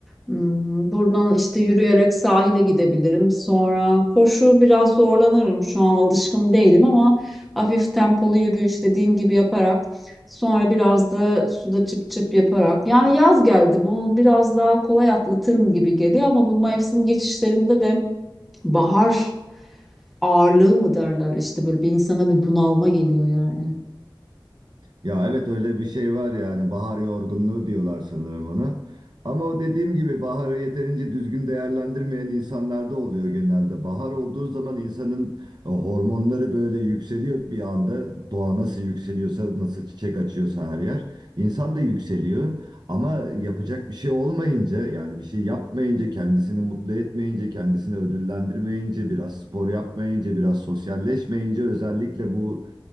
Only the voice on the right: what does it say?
ya evet öyle bir şey var yani bahar yorgunluğu diyorlar sanırım ona. Ama o dediğim gibi baharı yeterince düzgün değerlendirmeyen insanlarda oluyor genelde. Bahar olduğu zaman insanın e, hormonları böyle yükseliyor bir anda. Doğa nasıl yükseliyorsa, nasıl çiçek açıyorsa her yer. İnsan da yükseliyor. Ama yapacak bir şey olmayınca yani bir şey yapmayınca, kendisini mutlu etmeyince, kendisini ödüllendirmeyince, biraz spor yapmayınca, biraz sosyalleşmeyince özellikle bu